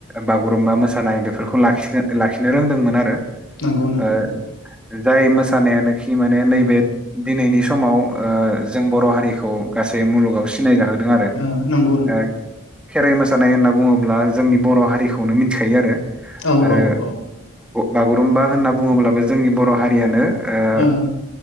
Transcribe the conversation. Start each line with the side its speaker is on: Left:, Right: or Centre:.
Centre: बागुरुमबा मोसानाय बेफोरखौखिनो लाखिनो रोंदोंमोन आरो
Left: नांगौ नोंथाङा
Centre: ओ
Left: नांगौ
Centre: जाय मोसानायानोखि माने नैबे दिनैनि समाव जों बर' हारिखौ गासै मुलुगाव सिनाय जाहोदों
Left: ओ नंगौ नोंथां
Centre: <unintelligible> ओ खेराइ मोसानाय होनना बुङोब्ला जोंनि बर' हारिखौनो मिथिखायो आरो
Left: औ
Centre: आरो
Left: औ औ
Centre: बागुरुम्बा होनना बुङोब्लाबो जोंनि बर' हारियानो ओ
Left: औ